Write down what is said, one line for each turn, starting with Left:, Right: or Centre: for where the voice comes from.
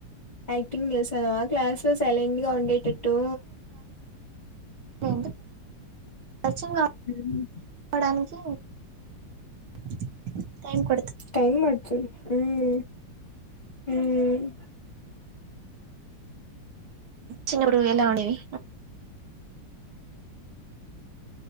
Left: టైపింగ్ చేస్తనావా క్లాస్ టు సైలెంట్ గా ఉండేటట్టు
Right: <unintelligible> ప పరిచయం గావడానికి
Left: మ్మ్.
Right: కు టైం ప
Left: టైం పడుతు హ్మ్ హ్మ్
Right: చిన్నవుడు ఎలా ఉండేవి